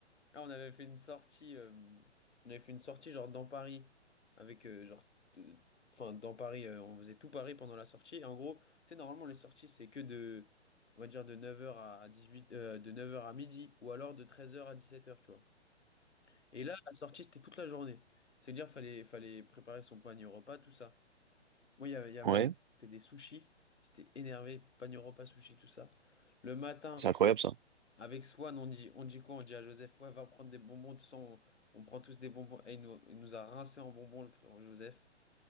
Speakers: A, on the left (about 75°); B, on the right (about 45°).
A: ah, on avait fait une sortie, euh, on avait fait une sortie genre dans Paris, avec euh, genre, de- enfin dans Paris, euh, on faisait tout Paris pendant la sortie. Et en gros, tu sais, normalement les sorties c'est que de, on va dire de 9h à 18, euh, de 9h à midi, ou alors de 13h à 17h, tu vois. Et là, la sortie c'était toute la journée. C'est-à-dire fallait, fallait préparer son panier au repas, tout ça. Moi, il y a, il y a
B: ouais.
A: ma mère qui fait des sushis. J'étais énervé, Pan repas sushi, tout ça. Le matin,
B: C'est incroyable, ça.
A: avec Swan, on dit, on dit quoi? On dit à Joseph, ouais, va prendre des bonbons, tout ça. On, on prend tous des bonbons. Et il nous, il nous a rincé en bonbons, le frère Joseph.